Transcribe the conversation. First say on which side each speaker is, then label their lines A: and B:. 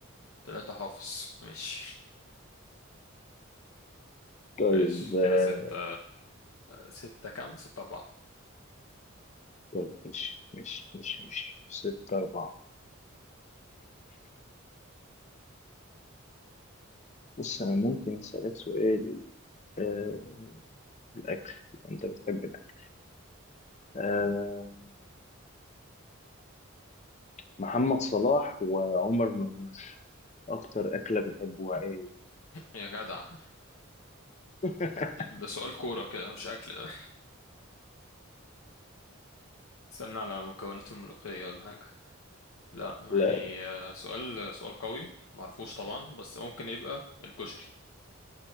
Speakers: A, on the left; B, on the left.
A: تلاتة حافظ ماشي
B: طيب
A: ماشي
B: آه،
A: كده ستة ستة كام ستة أربعة
B: طيب، ماشي ماشي ماشي ماشي 6 4 بص أنا ممكن أسألك سؤال آه الأكل أنت بتحب الأكل آه محمد صلاح وعمر مرموش أكتر أكلة بيحبوها إيه؟
A: يا جدع <laughs>
B: <laughs>
A: ده سؤال كورة كده مش أكل <laughs> استنى على مكونات الملوخية ولا حاجة لا يعني
B: لا
A: آه، سؤال سؤال قوي معرفوش طبعا بس ممكن يبقى الكشري